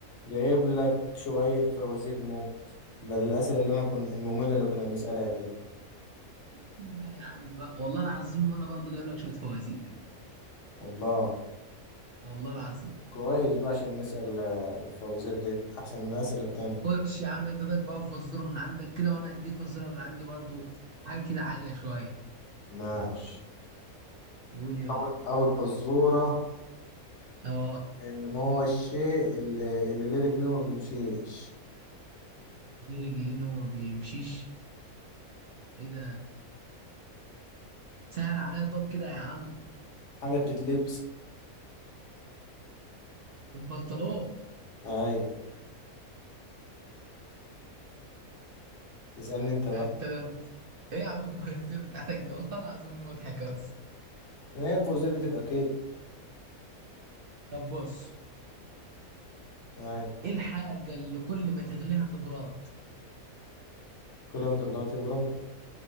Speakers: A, on the left; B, on the right.
A: جايب لك شوية فوازير موت بدل الأسئلة اللي أنا كنت المملة اللي كنا بنسألها دي
B: اديني بقى يا عم بقى والله العظيم وانا برضو جايب لك شويه فوازير
A: والله
B: والله العظيم
A: كويس بقى عشان نسأل آه، الفوازير دي أحسن من الأسئلة التانية
B: خش يا عم انت طيب بقى فزوره من عندك كده وانا هديك فزوره من عندي برضو حاجه كده عاليه شويه
A: ماشي
B: قول يابا
A: أول أول فزورة
B: اه
A: آه، ما هو الشيء اللي, اللي ليه رجلين وما بيمشيش
B: دي رجلين وما بيمشيش ايه ده سهل عليا طب كده يا عم
A: حاجة بتتلبس
B: البلطلو
A: أي اسألني أنت بقى
B: انت ده انت- ايه يا عم الفوازير بتاعتك دي والله العظيم مضحك اصلا
A: ما هي الفوازير بتبقى كده
B: طب بص
A: أي
B: ايه الحاجه اللي كل ما تغليها تبرد
A: كل ما تغلط تبرد